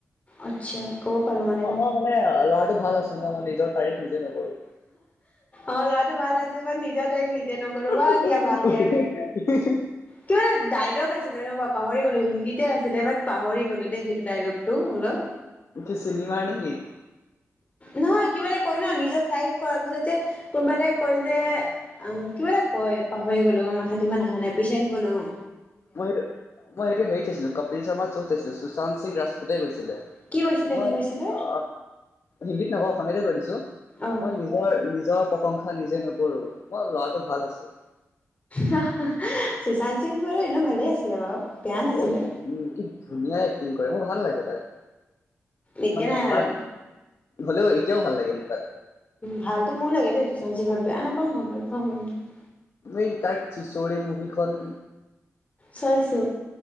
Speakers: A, on the left; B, on the left.
A: আচ্ছা ক'ব পাৰো
B: ল'ৰাটো
A: মানে ন।
B: ভাল আছোঁ ন' মই নিজৰ তাৰিফ নিজে নকৰো
A: অ', ল'ৰাটো ভাল আছে বাত নিজৰ তাৰিফ নিজে নকৰোঁ, বাহ
B: এইটো
A: কিয়া বাত হে কিবা এটা ডাইলগ আছে আছিলে ৰবা পাহৰি গ'লোঁ হিন্দীতে আছিলে বাট পাহৰি গ'লো দেই সেইটো ডাইলগটো অলপ
B: কি চিনেমাৰ নেকি?
A: নহয় কিবা এটা কয় ন' নিজৰ টাইপ কৰাৰ পিছত যে, কোনবা এটাই কয় যে আহ কিবা এটা কয় পাহৰি গ'লো, মাথাত ইমান আহা নাই প্ৰেচাৰ দিব নোৱাৰোঁ।
B: মই সেইটো, মই সেইটো হেৰিত চাইছিলোঁ, কপিল শৰ্মাৰ শ্বট চাইছিলোঁ সুশান্ত সিং ৰাজপুতে কৈছিলে।
A: কি কৈছিলে
B: মই
A: কি কৈছিলে
B: আ, হিন্দীত নকওঁ অসমীয়াতে কৈ দিছো।
A: অ।
B: মই নিজৰ নিজৰ প্ৰশংসা নিজে নকৰো, মই ল'ৰাটো ভাল আছোঁ।
A: হাহ হাহ‌ সুশান্ত সিং বাৰু এনেও ভালেই আছিলে বাৰু। বেয়া নাছিলে
B: অ, কি ধুনীয়া এক্টিং কৰে ন, ভাল লাগে তাক।
A: এতিয়া
B: মানে
A: নাই
B: ধৰা,
A: আৰু
B: হ'লেও এতিয়াও ভাল লাগে মোৰ তাক।
A: ভালতো মোৰ লাগে দেই চচান‌ সিংক বেয়া নাপাওঁ মই ভাল পাওঁ মানু
B: এই তাৰ চিচৰে মুভিখন
A: চাইছো,